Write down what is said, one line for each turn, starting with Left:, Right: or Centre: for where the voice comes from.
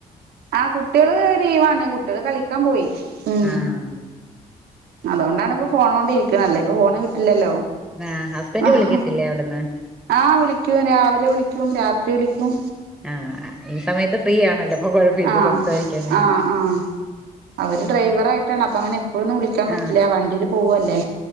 Right: ആ കുട്ടികള് ലീവാണ് കുട്ടികള് കളിക്കാൻ പോയി ഉ
Centre: ആഹ്
Right: അതുകൊണ്ടാണ് ഇപ്പൊ ഫോൺ കൊണ്ടിരിക്കണ അല്ലെങ്കിപ്പൊ ഫോണ് കിട്ടില്ലല്ലോ
Centre: ആ ഹസ്ബൻറ്
Right: ആഹ്
Centre: വിളിക്കത്തില്ലേ അവിടുന്ന്
Right: ആഹ് വിളിക്കും രാവിലെ വിളിക്കും രാത്രി വിളിക്കും
Centre: ആഹ ഈ സമയത്ത് ഫ്രീ ആണല്ലോ അപ്പൊ കൊഴപ്പമില്ല
Right: ആഹ്
Centre: സംസാരിക്കാന്
Right: ആഹ് ആഹ് അവര് ഡ്രൈവറായിയിട്ടാണ് അപ്പൊ അങ്ങനെ എപ്പോഴൊന്നും വിളിക്കാൻ പറ്റില്ല
Centre: ആഹ്
Right: വണ്ടി പോവല്ലേ